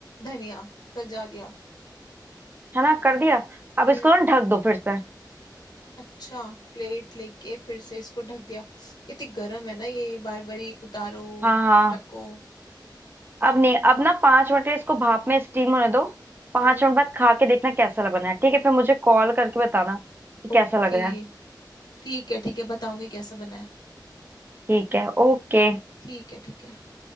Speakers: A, on the left; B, on the right.
A: धनिया सजा दिया
B: है ना कर दिया अब
A: हम्म
B: इसको ना ढक दो फिर से
A: अच्छा प्लेट लेके फिर से इसको ढक दिया इतनी गर्म है ना ये बार बारी उतारो और
B: हाँ हाँ
A: ढको
B: अब नहीं अब ना पांच मिनट के लिए इसको भाप में स्टीम होने दो पांच
A: हम्म
B: मिनट बाद खा के देखना कैसा लग बना है ठीक है फिर मुझे कॉल करके बताना कि
A: ओके
B: कैसा लग रहा है
A: ठीक है ठीक है बताऊंगी कैसा बना है
B: ठीक है ओके
A: ठीक है ठीक है